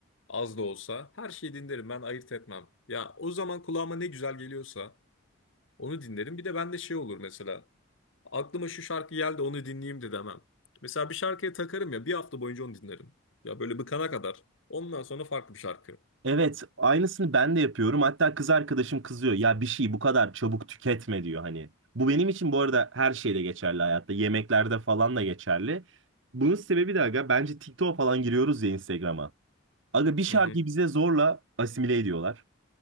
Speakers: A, on the left; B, on the right.
A: az da olsa her şeyi dinlerim. Ben ayırt etmem. Ya o zaman kulağıma ne güzel geliyorsa onu dinlerim. Bir de bende şey olur mesela. Aklıma şu şarkı geldi onu dinleyeyim de demem. Mesela bir şarkıya takarım ya bir hafta boyunca onu dinlerim. Ya böyle bıkana kadar. Ondan sonra farklı bir şarkı.
B: Evet aynısını ben de yapıyorum. Hatta kız arkadaşım kızıyor. Ya bir şeyi bu kadar çabuk tüketme diyor hani. Bu benim için bu arada her şeyde geçerli hayatta. Yemeklerde falan da geçerli. Bunun sebebi de aga bence TikTok'a falan giriyoruz ya Instagram'a. Aga bir şarkıyı
A: Hı hı.
B: bize zorla asimile ediyorlar.